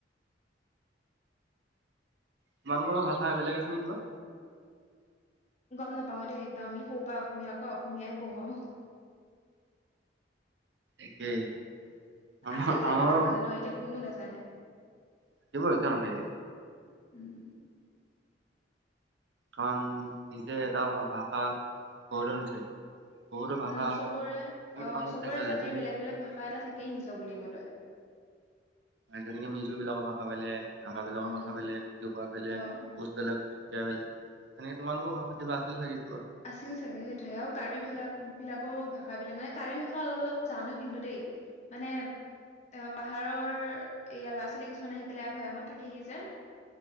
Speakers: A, on the right (about 70°); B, on the left (about 40°).
A: তোমালোকৰ ভাষা বেলেগ আছে নে কিবা?
B: গম নাপাও দেই একদম আমি সৰু পৰা অসমীয়া কোৱা অসমীয়াই কওঁ আও।
A: একেই। আমাৰ
B: আছিল চাগে
A: আমাৰো
B: আগতে নহ এতিয়া কোনো নেজানে।
A: থাকিবই কিয় নাথাকিব।
B: উম।
A: কাৰণ নিজে এটা ভাষা গঢ় লৈ নুঠে। বহুতো ভাষা
B: উম চবৰে অ
A: বহুতো কাৰণত
B: চবৰে
A: চেঞ্জ হৈ
B: জাতিৰ
A: যায়। তুমি
B: বেলেগ বেলেগ ভাষা এটা থাকেই নিজৰ বুলিবলৈ।
A: আৰ যেনেকে মিজু বিলাকৰ ভাষা বেলেগ <unintelligible> নগাবিলাকৰ
B: উম
A: ভাষা বেলেগ, তিৱা বেলেগ,
B: অ
A: কোচ বেলেগ। চুতীয়া বেলেগ তেনেকে তোমালোকৰ ভাষা কিবা আছিল চাগে। কিবা?
B: আছিল চাগে সেইটোৱে আৰু কাৰ্বি ভালাক বিলাকৰো ভাষা বিলাক মানে কাৰ্বি ভাষা অলপ অলপ জানো কিন্তু দেই, মানে এ পাহাৰৰ এইয়া ল'ৰা ছোৱালী কিছুমান আহি পেলাই ভৈয়ামত থাকেহি যে।